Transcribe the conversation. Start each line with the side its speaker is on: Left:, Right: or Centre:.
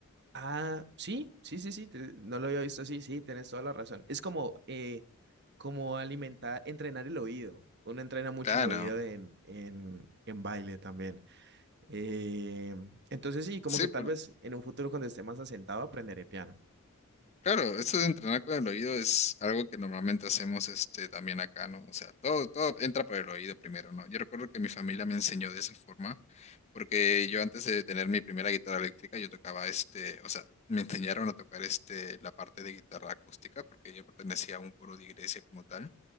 Right: Ah, sí, sí, sí, sí, te- no lo había visto así, sí, tienes toda la razón. Es como, eh, como alimentar, entrenar el oído. Uno entrena mucho
Left: Claro.
Right: el oído en, en, en baile también. Eh, entonces sí, como
Left: Sí,
Right: que tal
Left: por-
Right: vez en un futuro cuando esté más asentado aprenderé piano.
Left: claro, eso de entrenar con el oído es algo que normalmente hacemos este, también acá, ¿no? O sea, todo, todo entra por el oído primero, ¿no? Yo recuerdo que mi familia me enseñó de esa forma, porque yo antes de tener mi primera guitarra eléctrica, yo tocaba este, o sea, me enseñaron a tocar este, la parte de guitarra acústica, porque yo pertenecía a un coro de iglesia como tal.